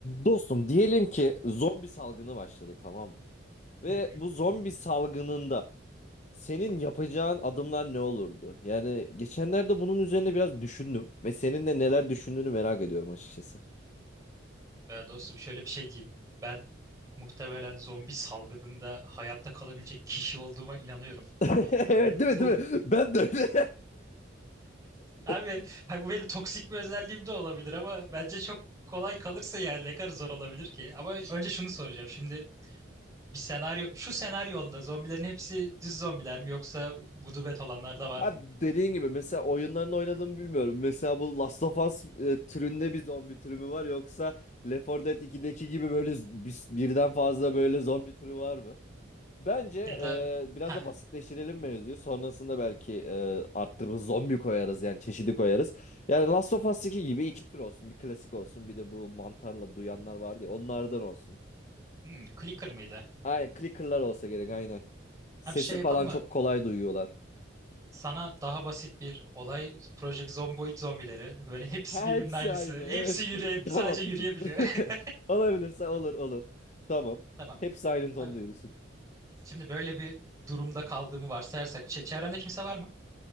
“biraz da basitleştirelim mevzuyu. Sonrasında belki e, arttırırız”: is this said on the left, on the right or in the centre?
Left